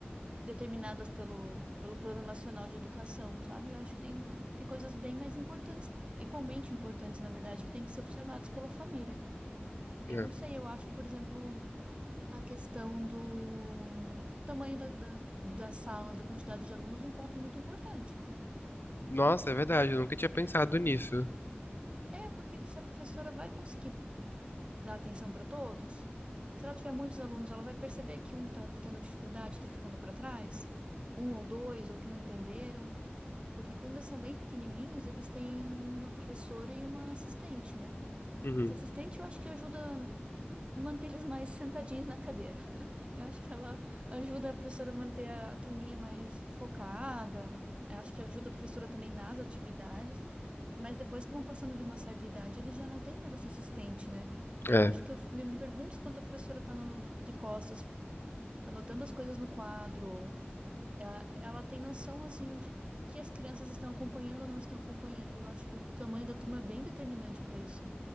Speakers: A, on the right; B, on the left.
A: determinadas pelo, pelo Plano Nacional de Educação, sabe? Eu acho que tem, tem coisas bem mais importantes, igualmente importantes, na verdade, que têm que ser observadas pela família. Eu
B: ah.
A: não sei, eu acho, por exemplo, a questão do tamanho da, da, da sala, da quantidade de alunos, um ponto muito importante.
B: Nossa, é verdade, eu nunca tinha pensado nisso.
A: É, porque se a professora vai conseguir dar atenção para todos, se ela tiver muitos alunos, ela vai perceber que um está tendo dificuldade, está ficando para trás, um ou dois, ou que não entenderam. Porque quando eles são bem pequenininhos, eles têm uma professora e uma assistente, né?
B: Uhum.
A: Essa assistente eu acho que ajuda. manter eles mais sentadinhos na cadeira. <laughs> Eu acho que ela ajuda a professora a manter a, a turminha mais focada, eu acho que ajuda a professora também nas atividades, mas depois que vão passando de uma certa idade, eles já não têm mais essa assistente, né? E
B: É.
A: eu acho que eu f- me, me pergunto se quando a professora está de costas, anotando as coisas no quadro, ou ela, ela tem noção, assim, de que as crianças estão acompanhando ou não estão acompanhando. Eu acho que o tamanho da turma é bem determinante para isso.